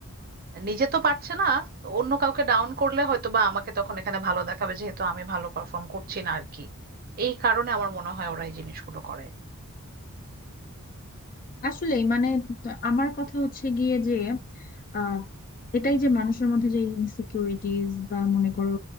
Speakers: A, on the right (about 40°); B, on the left (about 40°).
A: নিজে তো পারছে না তো অন্য কাউকে ডাউন করলে হয়তো বা আমাকে তখন এখানে ভালো দেখাবে যেহেতু আমি ভালো পারফর্ম করছি না আর কি এই কারণে আমার মনে হয় ওরা এই জিনিসগুলো করে
B: আসলে মানে ত- আমার কথা হচ্ছে গিয়ে যে আহ এটাই যে মানুষের মধ্যে যে ইনসিকিউরিটিজ বা মনে করো